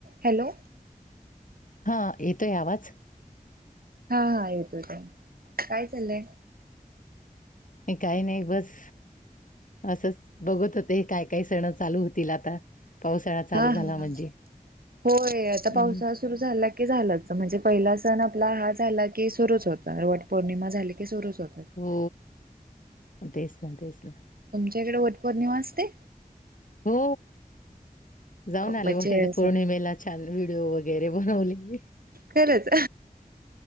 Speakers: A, on the right; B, on the left.
A: Hello
B: हा येतोय आवाज
A: हा हा येतोच आहे काय चाललंय
B: हे काही नाही बस असच बघत होते हे काय काही सण चालू होतील आता पावसाळा चालू
A: हा
B: झाला
A: हा
B: म्हणजे
A: होय आता
B: हम्म
A: पावसा सुरू झाला की झालाच म्हणजे पहिला सण आपला हा झाला की सुरूच होता वट पौर्णिमा झाली की सुरूच होतात
B: हो तेच ना तेच ना
A: कडे वट पौर्णिमा असते
B: हो जाऊन आले
A: म्हणजे
B: होठे
A: असं
B: पौर्णिमेला छान व्हिडिओ वगैरे होवली
A: खरंच